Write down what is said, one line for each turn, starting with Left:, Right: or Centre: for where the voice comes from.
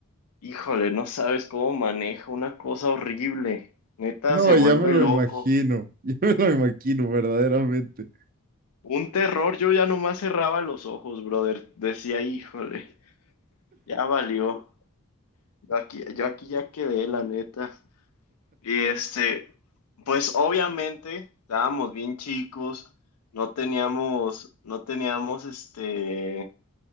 Left: Híjole, no sabes cómo maneja una cosa horrible. Neta,
Right: No,
Left: se vuelve
Right: ya me lo
Left: loco.
Right: imagino. <laughs> Ya me lo imagino, verdaderamente.
Left: Un terror, yo ya nomás cerraba los ojos, brother. Decía, híjole, ya valió. Yo aquí, yo aquí ya quedé, la neta. Y este, pues obviamente estábamos bien chicos, no teníamos, no teníamos este